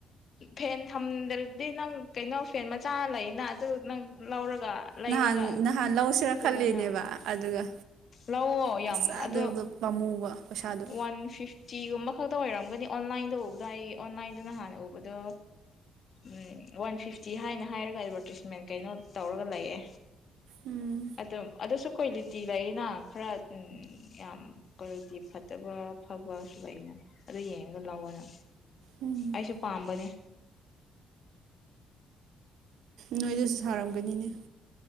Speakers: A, on the left (about 50°); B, on the right (about 80°).
A: ꯐꯦꯟ ꯊꯝꯗ꯭ꯔꯗꯤ ꯅꯪ ꯀꯩꯅꯣ ꯐꯦꯟ ꯃꯆꯥ ꯂꯩꯅ ꯑꯗꯨ ꯅꯪ ꯂꯧꯔꯒ ꯒ ꯂꯩꯔꯒ
B: ꯅꯍꯥꯟ ꯅꯍꯥꯟ ꯂꯧꯁꯤꯔꯥ
A: ꯄꯨꯑꯣꯅ
B: ꯈꯜꯂꯤꯅꯦꯕ ꯑꯗꯨꯒ
A: ꯂꯧꯑꯣ
B: ꯃꯆꯥꯗꯨꯗꯣ
A: ꯌꯥꯝ ꯑꯗꯣ
B: ꯄꯥꯝꯃꯨꯕ ꯄꯩꯁꯥꯗꯣ
A: ꯋꯥꯟ ꯐꯤꯐꯇꯤꯒꯨꯝꯕ ꯈꯛ ꯗꯣ ꯑꯣꯏꯔꯝꯒꯅꯤ ꯑꯣꯟꯂꯥꯏꯟꯗ ꯎꯕꯗꯥ ꯍꯥꯏꯌꯦ ꯑꯣꯟꯂꯥꯏꯟꯗꯅ ꯍꯥꯟꯅ ꯎꯕꯗꯣ ꯎꯝ ꯋꯥꯟ ꯐꯤꯐꯇꯤ ꯍꯥꯏꯅ ꯍꯥꯏꯔꯒ ꯑꯦꯗꯚꯔꯇꯤꯁꯃꯦꯟ ꯀꯩꯅꯣ ꯇꯧꯔꯒ ꯂꯩꯌꯦ
B: ꯎꯝ
A: ꯑꯗꯨꯝ ꯑꯗꯨꯁꯨ ꯀꯨꯂꯤꯇꯤ ꯂꯩꯌꯦꯅ ꯈꯔ ꯎꯝ ꯌꯥꯝ ꯄꯣꯔꯣꯏꯇꯤꯞ ꯐꯠꯇꯕ ꯐꯕꯁꯨ ꯂꯩꯅꯦ ꯑꯗꯨ ꯌꯦꯡꯉꯒ ꯂꯧꯑꯣꯅꯥ
B: ꯎꯝ
A: ꯑꯩꯁꯨ ꯄꯥꯝꯕꯅꯦ
B: ꯅꯣꯏꯗꯁꯨ ꯊꯥꯔꯝꯒꯅꯤꯅꯦ